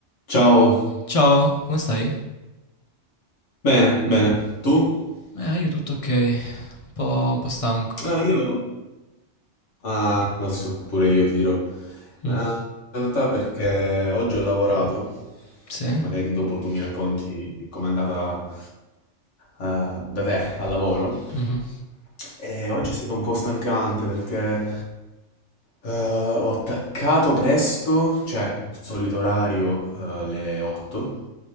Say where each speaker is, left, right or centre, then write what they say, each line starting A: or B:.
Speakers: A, on the left; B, on the left.
A: Ciao,
B: Ciao, come stai?
A: bene, bene. Tu?
B: Eh, io tutto ok, un po', un po' stanco.
A: Ah, io. Ah, lo so, pure io tiro. Ma
B: Mm?
A: in realtà perché oggi ho lavorato,
B: Sì?
A: magari dopo tu mi racconti com'è andata eh, da te al lavoro.
B: Mhm.
A: E oggi è stato un po' stancante perché eh, ho attaccato presto, cioè solito orario eh, le 8,